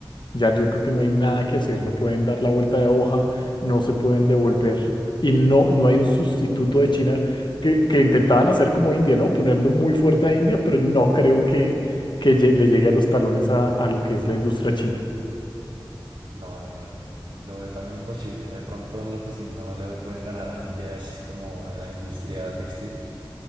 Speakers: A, on the left (about 60°); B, on the right (about 75°).
A: Ya yo creo que no hay nada que hacer, no pueden dar la vuelta de hoja, no se pueden devolver. Y no, no hay un sustituto de China que, que intentaban hacer como India, ¿no? Poniendo muy fuerte a India, pero no creo que, que lle- le llegue a los talones a, a lo que es la industria china.
B: No, no, no, eh, lo veo también imposible. De pronto lo que sí no le pueden ganar a ya es como en la industria textil,